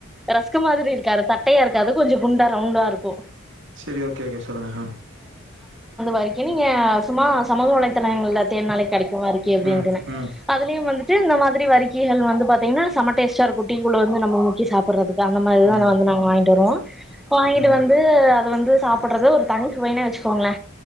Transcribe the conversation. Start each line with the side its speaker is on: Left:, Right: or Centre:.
Centre: ரச்கு மாதிரி இருக்காது தட்டையா இருக்காது கொஞ்ச குண்டா ரவுண்டா இருக்கு
Right: சரி ஓகே ஓகே சொல்லுங்க ஹ
Centre: வரைக்கி நீங்க சும்மா சமூக வலைதளங்கள தேட்நாளே கடைக்கு வரிக்கி அப்டின்டுனு
Right: ம் ம்
Centre: அதுலயு வந்து இந்த மாதிரி வரிக்குகள் வந்து பாத்தீங்கன்னா செம்ம டேஸ்ட் ஆ இருக்கு டீ குள்ள வந்து நம முக்கி சாப்பிறதுக்கு அந்த மாதிரிதா
Right: ம்
Centre: நா
Right: ம் ம்
Centre: வாங்கிட்டு வருவோ வாங்கிட்டு
Right: ம்
Centre: வந்து து வந்து சாப்பிடுறது ஒரு தனி சுவையனே வச்சுக்கோங்களே